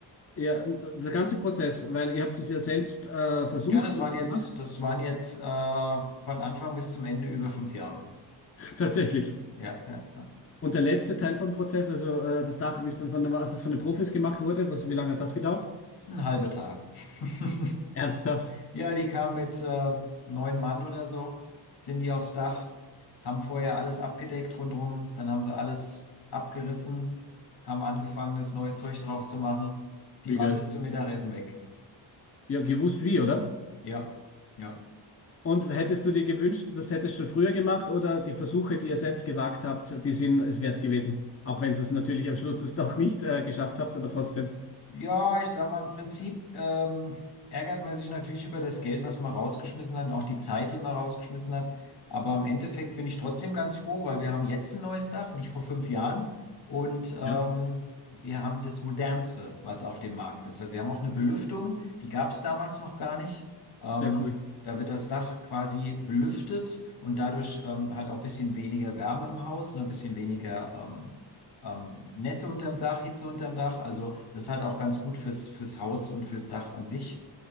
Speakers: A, on the left; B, on the left.
A: Ja, der ganze Prozess, weil ihr habt es ja selbst äh, versucht
B: Ja, das
A: und
B: waren
A: gemacht,
B: jetzt, das waren jetzt äh, von Anfang bis zum Ende über fünf Jahre.
A: <laughs> tatsächlich.
B: Ja, ja, ja.
A: Und der letzte Teil vom Prozess, also äh, das Dach, wie es dann von den, als es von den Profis gemacht wurde, was, wie lange hat das gedauert?
B: Ein halber Tag. <laughs>
A: Ernsthaft?
B: Ja, die kamen mit äh, neun Mann oder so, sind die aufs Dach, haben vorher alles abgedeckt rundrum, dann haben sie alles abgerissen, haben angefangen, das neue Zeug drauf zu machen. Die
A: Wie
B: waren
A: geil.
B: bis zum Mittagessen weg.
A: Ja, gewusst wie, oder?
B: Ja, ja.
A: Und hättest du dir gewünscht, das hättest du schon früher gemacht oder die Versuche, die ihr selbst gewagt habt, die sind es wert gewesen? Auch wenn ihr es natürlich am Schluss das doch nicht äh, geschafft habt, aber trotzdem.
B: Ja, ich sag mal, im Prinzip ähm, ärgert man sich natürlich über das Geld, was man rausgeschmissen hat und auch die Zeit, die man rausgeschmissen hat. Aber im Endeffekt bin ich trotzdem ganz froh, weil wir haben jetzt ein neues Dach, nicht vor fünf Jahren. Und ähm,
A: Ja,
B: wir haben das modernste, was auf dem Markt ist. Also wir haben auch eine Belüftung, die gab es damals noch gar nicht. Ähm,
A: sehr cool.
B: da wird das Dach quasi belüftet und dadurch ähm, halt auch ein bisschen weniger Wärme im Haus, ne, ein bisschen weniger ähm, ähm, Nässe unterm Dach, Hitze unterm Dach. Also das ist halt auch ganz gut fürs, fürs Haus und fürs Dach an sich.